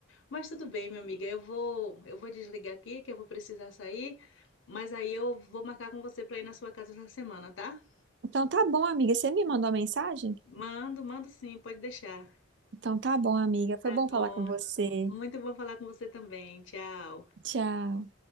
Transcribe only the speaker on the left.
Mas tudo bem, minha amiga, eu vou, eu vou desligar aqui, que eu vou precisar sair, mas aí eu vou marcar com você para ir na sua casa essa semana, tá?
Mando, mando sim, pode deixar.
Tá
bom.
Muito bom falar com você também. Tchau.